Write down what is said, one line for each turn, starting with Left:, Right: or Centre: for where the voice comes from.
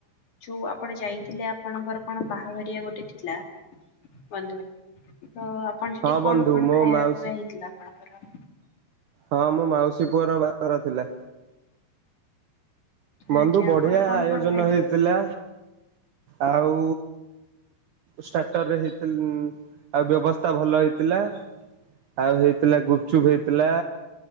Left: ଯୋଉ ଆପଣ ଯାଇଥିଲେ ଆପଣଙ୍କର କଣ ବାହାଘରିଆ ଗୋଟେ ଥିଲା ବନ୍ଧୁ ତ ଆପଣ ସେଠି
Right: ହଁ ବନ୍ଧୁ
Left: କଣ କଣ
Right: ମୋ
Left: ଖାଇବା
Right: ମାଉସୀ
Left: ପିଇବା ହେଇଥିଲା ଆପଣଙ୍କର
Right: ହଁ ମୋ ମାଉସୀ ପୁଅର ବାହାଘର ଥିଲା। ବନ୍ଧୁ
Left: ଆଜ୍ଞା
Right: ବଢିଆ
Left: ଆପଣ କଣ
Right: ଆୟୋଜନ
Left: କଣ ଖାଇଥିଲେ?
Right: ହେଇଥିଲା। ଆଉ ଷ୍ଟାର୍ଟରରେ ହେଇଥିଲ ଆଉ ବ୍ୟବସ୍ତା ଭଲ ହେଇଥିଲା ଆଉ ହେଇଥିଲା ଗୁପଚୁପ ହେଇଥିଲା।